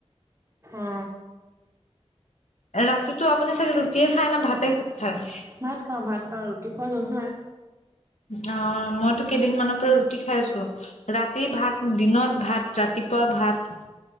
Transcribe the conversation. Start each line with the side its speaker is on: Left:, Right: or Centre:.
Right: অ'।
Left: ৰাতিটো আপুনি চাগে ৰুটিয়ে খায় না, ভাতে খায়?
Right: ভাত খাওঁ-ভাত খাওঁ, ৰুটি খুৱোৱা নহয়।
Left: অ, মইতো কেইদিনমানৰ পৰা ৰুটি খাই আছো। ৰাতি ভাত, দিনত ভাত, ৰাতিপুৱা ভাত।